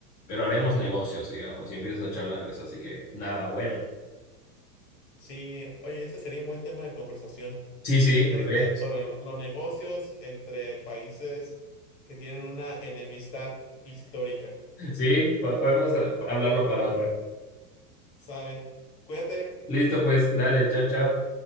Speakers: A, on the left; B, on the left.
A: pero haremos negocios, digamos, y empiezas a charlar de eso, así que nada, bueno.
B: Sí, oye, ese sería un buen tema de conversación,
A: Sí, sí,
B: este,
A: re.
B: sobre lo- los negocios entre países que tienen una enemistad histórica.
A: Sí, po- podemos ah, hablarlo para otra.
B: Sale. Cuídate.
A: Listo, pues, dale, chao, chao.